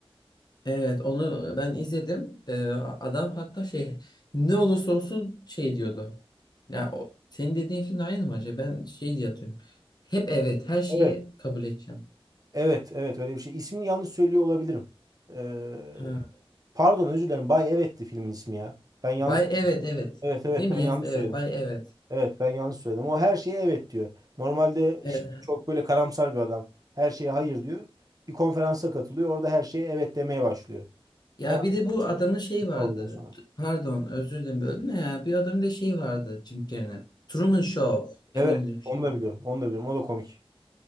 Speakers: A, on the left; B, on the right.
A: evet onu ben izledim. Ee, adam hatta şey ne olursa olsun şey diyordu. Ya o, senin dediğin film aynı mı acaba? Ben şey diye hatırlıyorum. Hep evet her şeyi
B: Evet.
A: kabul edeceğim.
B: Evet, evet öyle bir şey. İsmini yanlış söylüyor olabilirim. Ee,
A: Ha.
B: pardon özür dilerim. Bay Evet'ti filmin ismi ya. Ben yanlış
A: Bay evet evet.
B: Evet, evet
A: Değil mi?
B: ben
A: Yes
B: yanlış
A: evet.
B: söyledim.
A: Bay evet.
B: Evet, ben yanlış söyledim. O her şeye evet diyor. Normalde
A: Evet.
B: şey, çok böyle karamsar bir adam. Her şeye hayır diyor. Bir konferansa katılıyor. Orada her şeye evet demeye başlıyor.
A: Ya
B: Hayatına
A: bir de bu adamın şey vardı.
B: oluyor sonra.
A: T- Pardon özür dilerim böldüm de ya. Bir adamın da şey vardı Jim Carrey'nin. Truman Show
B: Evet,
A: en ünlü şeydi.
B: onu da biliyorum. Onu da biliyorum. O da komik.